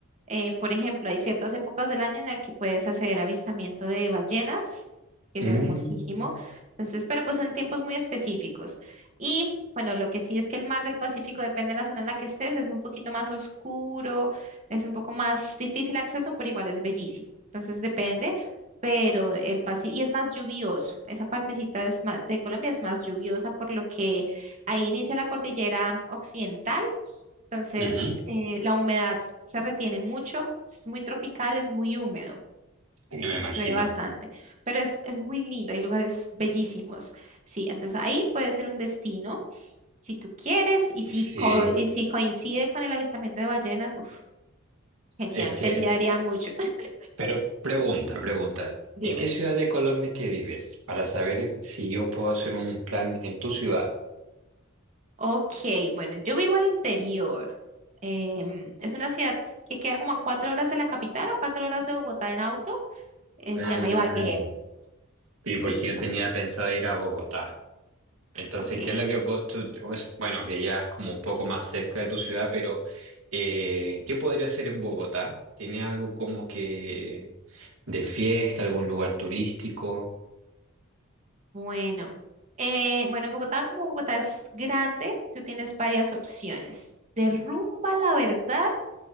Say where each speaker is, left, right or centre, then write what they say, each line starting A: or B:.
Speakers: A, on the right; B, on the right.
A: eh, por ejemplo, hay ciertas épocas del año en las que puedes hacer avistamiento de ballenas, que es
B: Mm,
A: hermosísimo. Entonces, pero pues son tiempos muy específicos. Y bueno, lo que sí es que el mar del Pacífico, depende de la zona en la que estés, es un poquito más oscuro, es un poco más difícil acceso, pero igual es bellísimo. Entonces, depende, pero el Pacífico, y es más lluvioso. Esa partecita es más, de Colombia es más lluviosa, por lo que ahí inicia la cordillera occidental entonces,
B: ujú,
A: eh, la humedad se retiene mucho, es muy tropical, es muy húmedo,
B: sí, me imagino.
A: llueve bastante, pero es, es muy lindo, hay lugares bellísimos. Sí, entonces ahí puede ser un destino si tú quieres y si,
B: Sí,
A: co- y si coincide con el avistamiento de ballenas, uf, genial,
B: es que,
A: te envidiaría mucho. <laughs>
B: pero pregunta, pregunta.
A: Dime.
B: ¿En qué ciudad de Colombia que vives? Para saber si yo puedo hacer un plan en tu ciudad.
A: Ok, bueno, yo vivo al interior. Em, es una ciudad que queda como a cuatro horas de la capital o cuatro horas de Bogotá en auto. eh,
B: Ah,
A: se llama Ibagué.
B: ya. Sí,
A: Sí,
B: porque yo
A: no.
B: tenía pensado ir a Bogotá. Entonces,
A: Ok,
B: ¿qué es lo que... po- tú- pues, bueno, que ya es como un poco más cerca de tu ciudad, pero eh, ¿qué podría hacer en Bogotá? ¿Tiene algo como que de fiesta, algún lugar turístico?
A: Bueno, eh, bueno, Bogotá, como Bogotá es grande, tú tienes varias opciones. De rumba, la verdad,